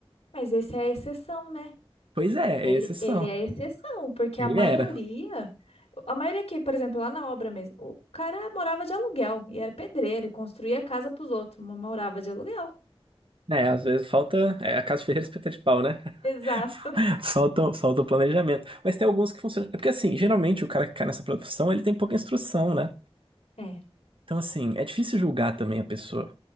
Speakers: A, on the left; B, on the right.
A: mas esse é a exceção, né?
B: Pois é,
A: Ele,
B: esses são.
A: ele é a exceção, porque
B: Ele
A: a maioria,
B: era.
A: a maioria que, por exemplo, lá na obra mesmo, o cara morava de aluguel e era pedreiro e construía casa para os outros, mas morava de aluguel.
B: É, às vezes falta. É a casa de ferreiro é espeta de pau, né?
A: Exato.
B: <laughs> Falta, falta o planejamento. Mas tem alguns que funcionam. É porque, assim, geralmente o cara que cai nessa profissão, ele tem pouca instrução, né?
A: É.
B: Então, assim, é difícil julgar também a pessoa.